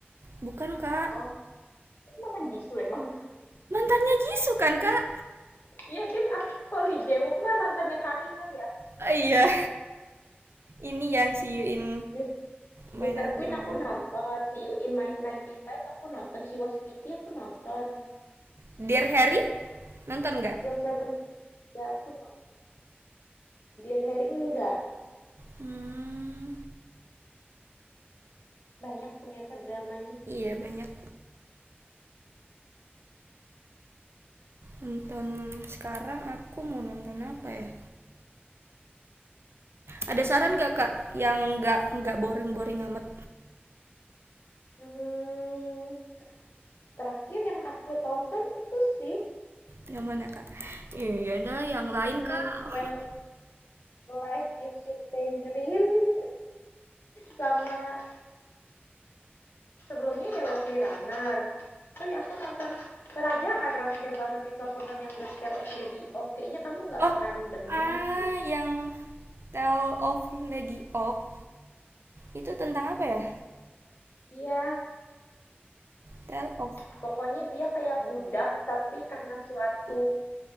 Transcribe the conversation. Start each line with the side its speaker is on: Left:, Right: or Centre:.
Right: Bukan kak,
Left: Oh, itu mantan Jisoo emang.
Right: mantannya Jisoo kan kak?
Left: Iya deh, aku kok Lee Jae-wook mah mantannya Karina ya.
Right: Oh, iya, ini yang si Yuin
Left: Mis
Right: mainan
Left: Mister Queen
Right: si Wali.
Left: aku nonton, See You in My Nineteen Life aku nonton, She Was Pretty aku nonton,
Right: Dear Harry, nonton nggak?
Left: Till Seven juga aku nonton, Dear Harry enggak.
Right: Hmm,
Left: Banyak ternyata dramanya.
Right: iya banyak nonton sekarang aku mau nonton apa ya ada saran nggak kak yang nggak nggak boring boring amat
Left: Hmm, terakhir yang aku tonton itu sih
Right: Yang mana, Kak? Iya dah, yang lain
Left: cuman
Right: Kak.
Left: When Life Gives You Tangerine sama sebelumnya Yellow Free Runner. Oh ya aku nonton Kerajaan terakhir banget itu aku nonton yang The Tale of Lady O. Kayaknya kamu nggak
Right: Oh,
Left: akan demen
Right: ah
Left: sih.
Right: yang Tale of Lady Oak itu tentang apa ya?
Left: Iya,
Right: Tale of
Left: Pokoknya dia kayak budak, tapi karena suatu